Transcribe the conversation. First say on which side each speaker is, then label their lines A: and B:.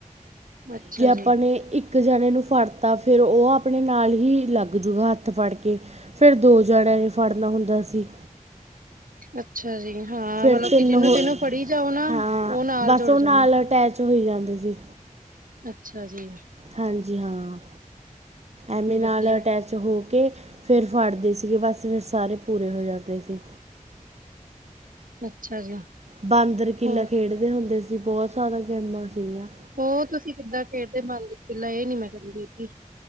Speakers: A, on the right (about 80°); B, on the right (about 50°).
A: ਅੱਛਾ
B: ਜੇ ਆਪਾਂ
A: ਜੀ,
B: ਨੇ ਇੱਕ ਇੱਕ ਜਾਨੇ ਨੂੰ ਫੜਤਾ ਫੇਰ ਓਹ ਆਪਨੇ ਨਾਲ ਹੀ ਲੱਗਜੂਗਾ ਹੱਥ ਫੜ ਕੇ। ਫੇਰ ਦੇ ਜਨੇਆ ਨੇ ਫੜਨਾ ਹੁੰਦਾ ਸੀ।
A: ਅੱਛਾ ਜੀ ਹਾਂ
B: ਫਿਰ
A: ਮਤਲਬ
B: ਤਿੰਨ
A: ਕਿ ਜਿਨੂੰ-
B: ਹੋ
A: ਜਿਨੂੰ ਫੜੀ ਜਾਓ ਨਾ,
B: ਹਾਂ
A: ਓ ਨਾਲ
B: ਬਸ
A: ਜੁੜ
B: ਉਹ
A: ਜਾ
B: ਨਾਲ ਅਟੈਚ ਹੋਈ ਜਾਂਦੇ ਸੀ।
A: ਅੱਛਾ ਜੀ।
B: ਹਾਂਜੀ ਹਾਂ, ਐਮੀ
A: ਵਧੀਆ,
B: ਨਾਲ ਅਟੈਚ ਚ ਹੋ ਕੇ ਫਿਰ ਫੜਦੇ ਸੀਗੇ ਬਸ ਫਿਰ ਸਾਰੇ ਪੂਰੇ ਹੋ ਜਾਂਦੇ ਸੀ।
A: ਅੱਛਾ ਜੀ।
B: ਬਾਂਦਰ ਕਿਲਾ
A: ਹੋਰ,
B: ਖੇਡਦੇ ਹੁੰਦੇ ਸੀ ਬਹੁ ਸਾਰਾ ਗੇਮਾਂ ਸੀਗੀਆਂ।
A: ਓ ਤੁਸੀਂ ਕਿੱਦਾਂ ਖੇਡਦੇ ਬਾਂਦਰ ਕਿਲਾ ਏ ਨੀ ਮੈਂ ਕਦੀ ਖੇਡੀ।